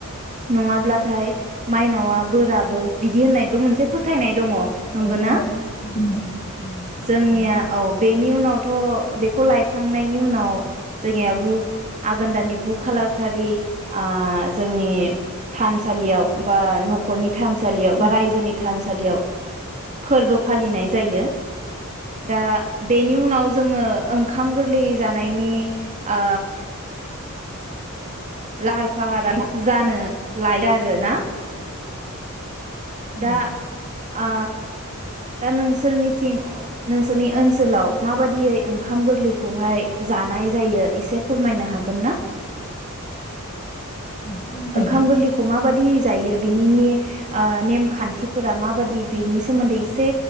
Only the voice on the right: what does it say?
नङाब्लाथाय माइनावा बोराबो बिदि होननायबो मोनसे फोथायनाय दङ
नंगौना
जोंनिया औ बेनि उनावथ बेखौ खौ लायखांनायनि उनाव जोंनि गु आघोन दानि गु खाालार खालि ओ जोंनि थानसालियाव बा नखरनि थानसालियाव
बा रायजोनि थानसालियाव फोरबो फालिनाय जायो दा बेनि उनाव जोङो ओंखाम गोरलै जानायनि ओ लाहार फाहारा जानो लायो आरो ना
दा ओ दा नोंसोरनिथिं नोंसोरनि ओनसोलाव माबादियै ओंखाम गोरलैखौहाय जानाय जायो एसे फोरमायनो हागोन ना
ओंखाम गोरलैखौ माबायदि जायो बिनिनि ओ नेमखान्थिफोरा माबादि बेनि सोमोन्दै एसे